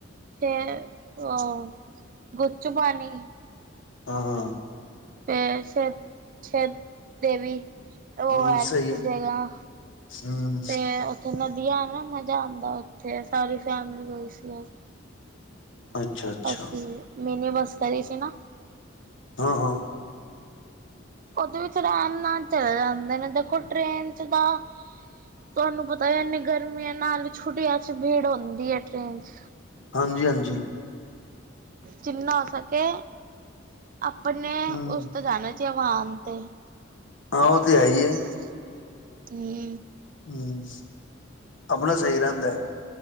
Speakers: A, on the right; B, on the left.
A: ਫਿਰ ਅ ਗੁੱਚ ਪਾਣੀ।
B: ਹਾਂ, ਹਾਂ।
A: ਫਿਰ, ਸ਼ਤ-ਸ਼ਤ ਦੇਵੀ, ਉਹ
B: ਹਮ
A: ਹੈ ਇੱਕ
B: ਸਹੀ
A: ਜਗ੍ਹਾ,
B: ਹਮ
A: ਤੇ ਨਦੀਆਂ ਨਾ, ਮਜ਼ਾ ਆਂਦਾ ਉੱਥੇ ਸਾਰੀ ਫੈਮਿਲੀ ਗਈ ਸੀ।
B: ਅੱਛਾ ਅੱਛਾ
A: ਬਸ, ਮੀਨੀ ਬਸ ਕਰੀ ਸੀ ਨਾ
B: ਹਾਂ-ਹਾਂ।
A: ਉਹਦੇ ਵਿੱਚ ਆਰਾਮ ਨਾਲ ਚਲੇ ਜਾਂਦੇ ਨੇ, ਦੇਖੋ, ਟ੍ਰੇਨ' ਚ ਤਾਂ ਤੁਹਾਨੂੰ ਪਤਾ, ਇਨੀ ਗਰਮੀ ਏ, ਨਾਲ ਹੀ ਛੁੱਟੀਆਂ। ਚ ਭੀੜ ਹੁੰਦੀ ਹੈ ਟ੍ਰੇਨ ਚ।
B: ਹਾਂਜੀ-ਹਾਂਜੀ।
A: ਜਿੰਨਾ ਹੋ ਸਕੇ, ਆਪਨੇ
B: ਹਮ
A: ਉਸ ਤੋਂ ਜਾਣਾ ਜਵਾਨ ਤੇ
B: ਹਾਂ ਉਹ ਤੇ
A: <unintelligible>
B: ਹੈ ਹੀ ਹੈ
A: ਹੂੰ
B: ਹਮ, ਅਪਣਾ ਸਹੀ ਰਹਿੰਦਾ।